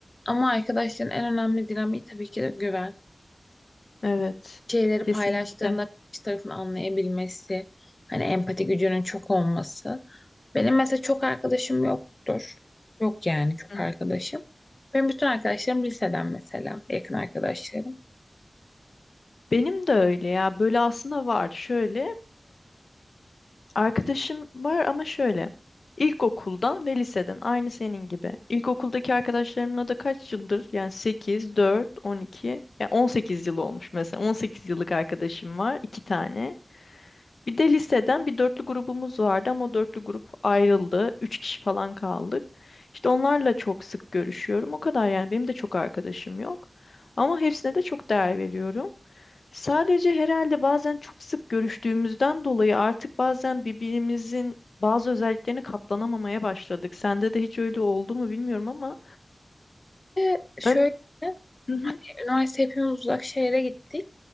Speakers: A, on the left; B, on the left.
A: Ama arkadaşların en önemli dinamiği tabii ki de güven.
B: Evet.
A: şeyleri
B: Kesinlikle.
A: paylaştığında karşı tarafın anlayabilmesi, hani empati gücünün çok olması. Benim mesela çok arkadaşım yoktur. Yok yani çok
B: Hı.
A: arkadaşım. Benim bütün arkadaşlarım liseden mesela, yakın arkadaşlarım.
B: Benim de öyle ya. Böyle aslında var. Şöyle Arkadaşım var ama şöyle. İlkokuldan ve liseden aynı senin gibi. İlkokuldaki arkadaşlarımla da kaç yıldır? Yani sekiz, dört, on iki, yani 18 yıl olmuş mesela. on sekiz yıllık arkadaşım var, iki tane. Bir de liseden bir dörtlü grubumuz vardı ama o dörtlü grup ayrıldı. Üç kişi falan kaldık. İşte onlarla çok sık görüşüyorum. O kadar yani benim de çok arkadaşım yok. Ama hepsine de çok değer veriyorum. Sadece herhalde bazen çok sık görüştüğümüzden dolayı artık bazen birbirimizin bazı özelliklerini katlanamamaya başladık. Sende de hiç öyle oldu mu bilmiyorum ama
A: Ve şöyle
B: ön... Hı hı,
A: hani üniversite hepimiz uzak şehre gittik.